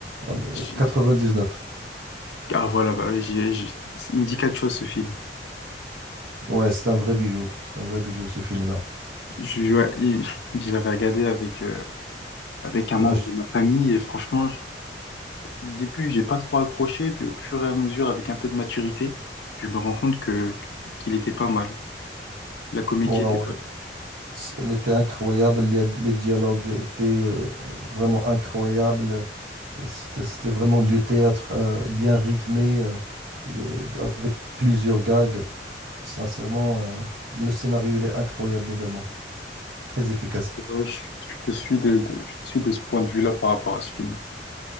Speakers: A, on the right (about 80°); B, on the left (about 70°).
A: Ah, euh,
B: J'ai-
A: 99.
B: Ah voilà, bah oui, j'ai- j'ai- il me dit quelque chose ce film.
A: Ouais, c'est un vrai bijou. C'est un vrai bijou ce film-là.
B: Je, ouais, il- <laughs> je l'avais regardé avec, euh, avec un membre
A: Ouais, je-
B: de ma famille et franchement, je- au début, j'ai pas trop accroché, puis au fur et à mesure, avec un peu de maturité, je me rends compte que qu'il était pas mal. La comédie
A: ouais,
B: était pas...
A: ouais. Elle était incroyable, les, les dialogues étaient euh, vraiment incroyables. C'était, c'était vraiment du théâtre euh, bien rythmé, euh, et, euh, avec plusieurs gags. Sincèrement, euh, le scénario il est incroyable également, très efficace.
B: Je, je te suis de, de- je te suis de ce point de vue-là par rapport à ce film.